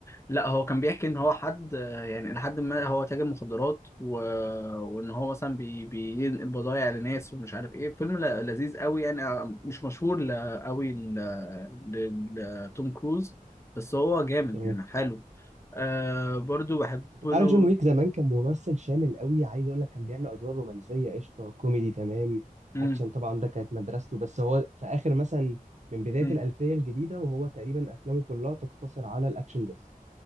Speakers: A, on the left; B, on the right.
A: لا هو كان بيحكي ان هو حد يعني لحد ما هو تاجر مخدرات و... وان هو مثلا بي... بينقل بضايع لناس ومش عارف ايه فيلم ل... لذيذ قوي يعني آه، مش مشهور ل... قوي ل... ل... لتوم كروز بس هو جامد
B: تمام
A: يعني حلو آه برضو بحب
B: انت
A: له
B: عارف جون ويك زمان كان ممثل شامل قوي عايز اقول لك كان بيعمل ادوار رومانسيه قشطه كوميدي تمام
A: مم.
B: اكشن طبعا ده كانت مدرسته بس هو في اخر مثلا من بدايه
A: مم.
B: الالفيه الجديده وهو تقريبا افلامه كلها تقتصر على الاكشن بس